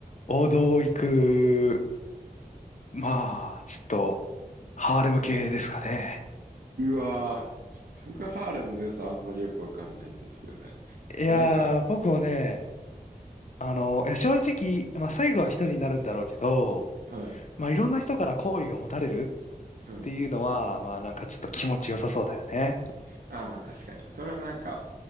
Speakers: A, on the left (about 50°); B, on the right (about 70°).
A: 王道を行く、まあ、ちょっとハーレム系ですかね。
B: うわーちょっと僕はハーレムの良さあんまりよくわかんないんですよね。
A: いやー、
B: え、なんか、
A: 僕もね、あの、いや正直、まあ最後は一人になるんだろうけど、
B: はい、
A: まあいろんな人から好意を持たれるっ
B: はい。
A: ていうのは、まあなんかちょっと気持ちよさそうだよね。
B: ああ、まあ確かに。それはなんか